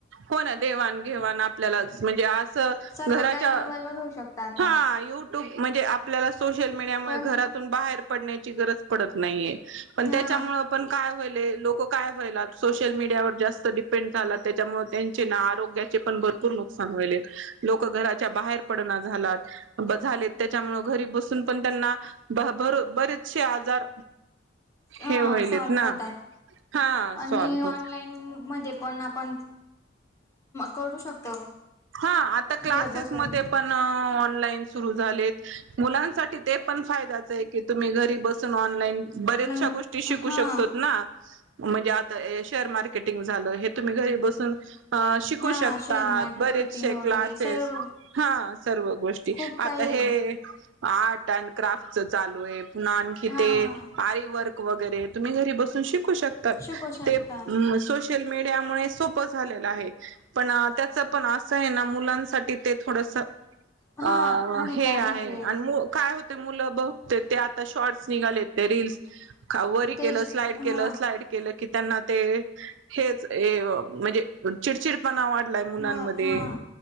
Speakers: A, on the right (about 70°); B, on the left (about 15°).
A: हो ना देवाण, घेवाण आपल्यालाच म्हणजे असं
B: सर्व
A: घराच्या
B: काही मोबाईलवर होऊ शकतं आता
A: हा यू ट्यूब म्हणजे आपल्याला सोशल मीडियामुळे
B: पण
A: घरातून बाहेर पडण्याची गरज पडत नाहीये, पण
B: हा
A: त्याच्यामुळे पण काय होईले, लोक काय होयला, सोशल मीडियावर जास्त डीप पेंड झाला त्याच्यामुळे त्यांची ना आरोग्याचे पण भर पूर नुकसान होईले, लोक घराच्या बाहेर पडना झालात, झाले त्याच्यामुळ घरी बसून पण त्यांना बहा बरो बरेचसे आजार
B: हा
A: हे व्हायलेत
B: सॉल्फ
A: ना
B: होतात,
A: हा
B: आणि
A: सॉल्व
B: ऑनलाईन
A: होत
B: मधे पण आपण करू शकतो.
A: हा आता क्लासेस
B: घर बसून
A: मधे पण ऑनलाईन सुरू झालेत, मुलांसाठी ते पण फायदाच आहे की तुम्ही घरी बसून ऑनलाईन बरेचशा
B: ऑनलाईन
A: गोष्ट ष्टी शिकू
B: हा
A: शकतोत ना. म्हणजे आता ए शेअर मार्केटिंग झालं हे तुम्ही घरी बसून अ शिकू
B: हा
A: शकतात.
B: शेअर मार्केटिंग
A: बरेचशे क्लासेस,
B: वगैरे सर्व
A: हा सर्व गोष्टी
B: खूप
A: आता
B: काही
A: हे
B: आहे
A: आर्ट अँड क्राफ्टच चालू आहे. पुन्हा आणखी
B: हा
A: ते
B: हा
A: आरी वर्क वगैरे, तुम्ही घरी बसून शिकू शकतात
B: शिकू शकता
A: ते ऊ सोश सोशल मीडियामुळे सोपं झालेल आहे. पण त्याच पण असं आहे ना मुलांसाठी ते थोडस
B: हा
A: अ
B: हानिकारक
A: हे आहे. आणि मूळ काय होत मुलं बघ ते आता शॉर्ट्स निघाले ते रीलस वरी केलं
B: तेच
A: स्लाईड
B: हा
A: केलं स्लाइड, केले की त्यांना ते हेच म्हणजे चिडचिडपणा वाढला, मुलांमध्ये
B: व हा